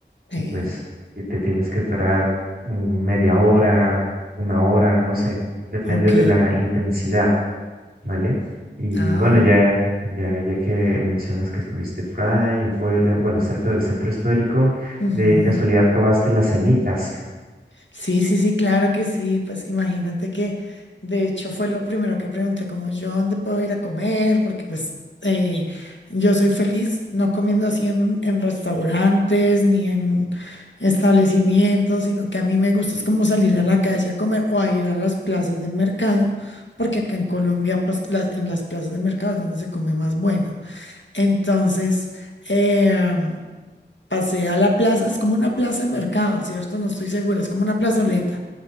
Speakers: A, on the left; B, on the right.
A: Eh,
B: y pues y te tienes que esperar mm, media hora, una hora, no sé, depende
A: ok.
B: de la intensidad ¿vale? Y
A: Ah.
B: bueno, ya, ya, ya que mencionas que estuviste por ahí, en Puebla, bueno, cerca del centro histórico,
A: ujú.
B: de casualidad probaste las semitas.
A: Sí, sí, sí, claro que sí. Pues imagínate que de hecho fue lo primero que pregunté, como yo dónde puedo ir a comer, porque pues eh, yo soy feliz no comiendo así en, en restaurantes ni en establecimientos, sino que a mí me gusta es como salir a la calle a comer o a ir a las plazas de mercado, porque acá en Colombia pues las, en las plazas de mercado es donde se come más bueno. Entonces, em, Pasé a la plaza, es como una plaza de mercado, ¿cierto? No estoy segura, es como una plazoleta.